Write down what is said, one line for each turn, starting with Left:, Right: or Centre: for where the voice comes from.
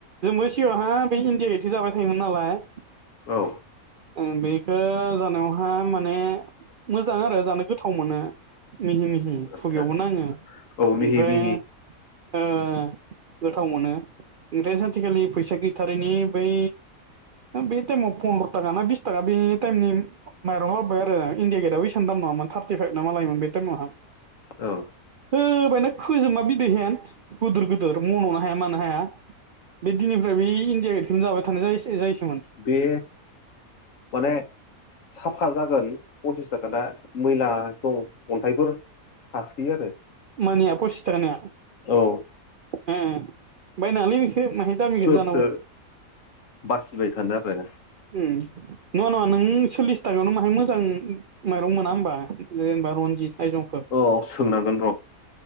Right: जोंबो सिगाङावहाय बे इण्डिया गेटखौ जाबाय थायोमोन नालाय।
Left: औ।
Right: ओ बेखौ जानायावहा माने मोजां आरो जानो गोथाव मोनो। मिहि मिहि
Left: आदसा
Right: खुगायावबो
Left: आदसा
Right: नाङो
Left: औ
Right: ओमफ्राय
Left: मिहि मिहि <inaudible>
Right: ओ गोथाव मोनो ओंफ्राय सानसेखालि फैसा गैथारैनि बै बे टाइमाव पन्द्र' थाखा ना बिस थाखा बे टाइमनि माइरं लाबोबाय आरो इण्डिया गेटआबो एसेबां दाम नङामोन थार्टिफाइभ ना मा लायोमोन बे टाइमावहा
Left: औ।
Right: होबायना खोजोमा बिदै हेन गोदोर गोदोर मन'नो हाया मानो हाया। बे दिननिफ्राय बेै इण्डिया गेटखौनो जाबाय थानाय जायो <unintelligible>
Left: बे माने साफा जागोन फसिस थाखाना मैला दं अन्थाइफोर थासोयो आरो
Right: मानिया पसिस थाखानिया
Left: औ।
Right: उम बायनाङालै नोंसोर माहाय दामिखौनो
Left: सोरथो
Right: जानांगौ
Left: बासिबाय थानो आरो
Right: उम नङा नङा नों सललिस <unintelligible> माहाय मोजां माइरं मोना होमबा जेनेबा रनजित आइजंफोर
Left: औ सोंनांगोन र'।